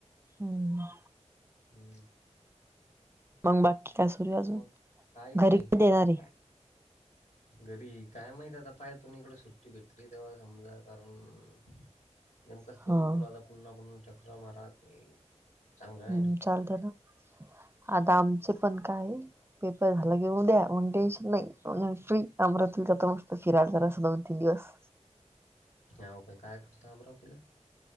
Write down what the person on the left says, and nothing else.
हम्म.
मग काहीच
नाही.
काय घरी काय माहित आता पाय तु् इकडं सुट्टी भेटली तेव्हा समजा कारण
नेमकाच तेऊन
गेलो आता पुन्हा पु चक्र मारा ते चांगलं नाही
ना
ह ओ काे काय करतं अमरावतीला.